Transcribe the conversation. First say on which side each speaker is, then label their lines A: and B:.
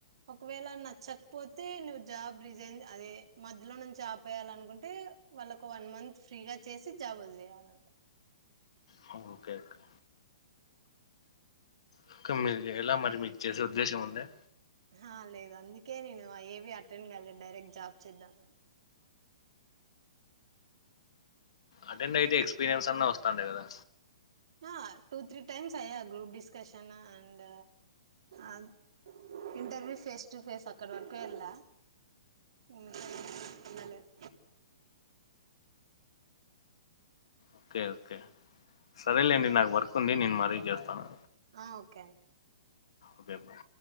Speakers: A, on the right (about 55°); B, on the left (about 55°).
A: ఒకవేళ నచ్చకపోతే నువ్వు జాబ్ రిజైన్ అదే మధ్యలో నుంచి ఆపేయాలనుకుంటే వాళ్ళకు వన్ మంత్ ఫ్రీగా చేసి జాబోదిలేయాలంట
B: హా ఓకే ఓకే. అక్క మీరు చేయలా మరి మీకు చేసే ఉద్దేశం ఉంద్యా
A: ఆహా లేదు అందుకే నేనేవి అటెండ్ కాలేదు. డైరెక్ట్ జాబ్ చేద్దామని
B: అటెండయితే ఎక్స్పీరియన్స్ అన్నా వస్తాండే కదా
A: ఆ టూ త్రీ టైమ్స్ అయ్యా గ్రూప్ డిస్కషన్ అండ్ అద్ ఇంటర్వ్యూ ఫేస్ టు ఫేస్ అక్కడ వరకు వెళ్లా ఇంగ వెళ్ళలేదు.
B: Okay okay. సరేలేండి నాకు వర్క్ ఉంది. నేను మరీ చేస్తాను.
A: ఆ ఓకే అండి.
B: Okay bye